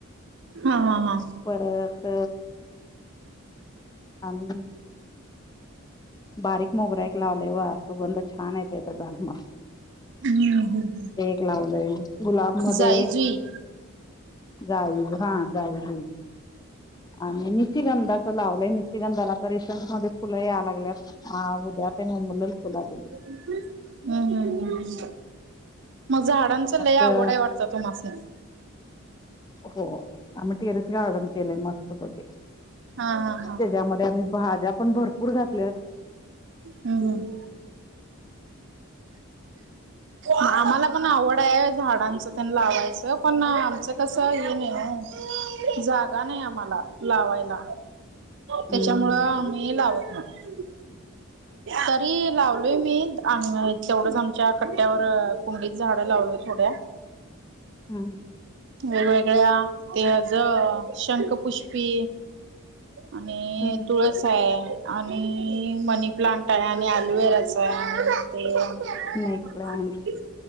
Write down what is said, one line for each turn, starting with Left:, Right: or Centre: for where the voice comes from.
Right: हा हा हा.
Left: परत <inaudible> आणि बारीक मोगरा एक लावलाय व सुगंध छान आहे त्याचा <unintelligible>
Right: हम्म हम्म
Left: एक लावलय गुलाब मध्ये
Right: जाई जुई
Left: जाय हा जाय जुई आणि निशिगंधा. लावलंय निशचगंधाला तर रिसेंट मध्ये फुल या लागल्यात, उद्या का नाही उमल ल फुलात
Right: हम्म, हम्म मग झाडांच
Left: आता
Right: लय आवड आहे वाटत? तुम्हासनी?
Left: हो आम्ही टेरस गार्डन केलय मस्त पैकी.
Right: हा हा हा.
Left: त्याच्यामध्ये आम्ही भाज्या पण भरपूर घातल्यात.
Right: हम्म, हम्म. आम्हाला पण आवड आहे झाडांच त्यांन लावायचं पण आमचं कसं हे नाही हो. जागा नाही आम्हाला लावायला.
Left: <inaudible>
Right: त्याच्यामुळं
Left: हम्म
Right: आम्ही लावत नाही, तरी लावलोय मी अंग नाईत तेवढंच आमच्या कट्ट्यावर कुंडीत झाडं लावलोय थोड्या.
Left: हम्म.
Right: वेगवेगळ्या ते ज शंखपुष्पी आणि
Left: हं,
Right: तूळ असाय आणि मनी प्लांट आहे, आणि अलोवेराचा आहे. ते.
Left: स्नेक प्लांट.